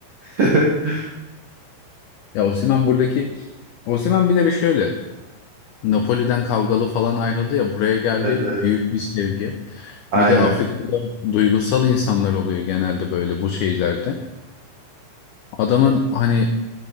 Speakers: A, on the right (about 70°); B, on the left (about 85°).
A: <laughs>
B: Ya Osimhen buradaki Osimhen bir de bir şöyle. Napoli'den kavgalı falan ayrıldı ya buraya geldi
A: Evet evet.
B: büyük bir sevgi.
A: Aynen.
B: Bir de Afrika'da duygusal insanlar oluyor genelde böyle bu şeylerde. Adamın hani